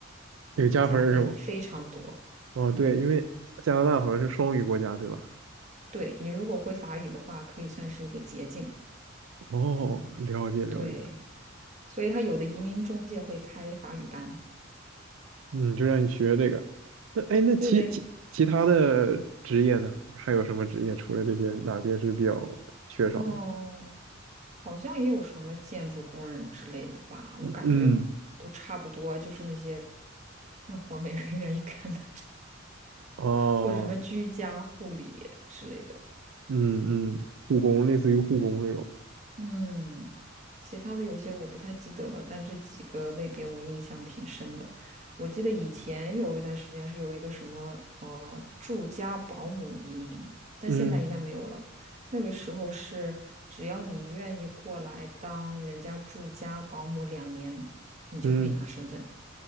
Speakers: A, on the right; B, on the right.
A: 有加分儿是吗？
B: 加分非常多。
A: 哦，
B: 嗯，
A: 对，因为加拿大好像是双语国家，对吧？
B: 对，你如果会法语的话，可以算是一个捷径。
A: 哦，了解了解。
B: 对，所以他有的移民中介会开法语班，
A: 嗯，就让你学这个。那哎，那其其其他的职业呢？
B: 对对，
A: 还有什么职业？除了这些，哪些是比较缺少的？
B: 嗯，好像也有什么建筑工人之类的吧，我感觉都差不多，
A: 嗯嗯，
B: 就是那些那活儿没人 <laughs> 愿意干的，
A: 哦，
B: 或者什么居家护理之类的。
A: 嗯嗯，护工，类似于护工那种。
B: 嗯，其他的有些我不太记得了，但这几个类别我印象挺深的。我记得以前有一段时间是有一个什么呃住家保姆移民，但现在应该没有了。
A: 嗯
B: 那个时候是只要你愿意过来当人家住家保姆两年，你就可以拿身份。
A: 嗯，